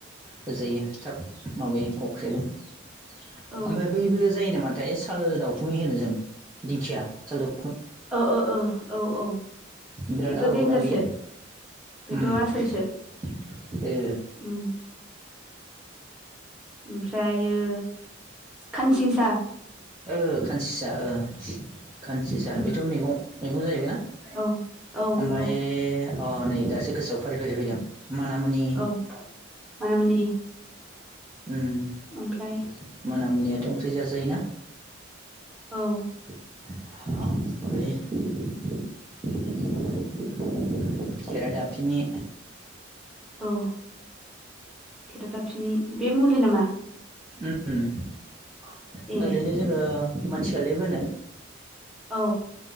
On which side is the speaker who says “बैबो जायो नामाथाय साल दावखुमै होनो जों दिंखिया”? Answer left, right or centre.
Right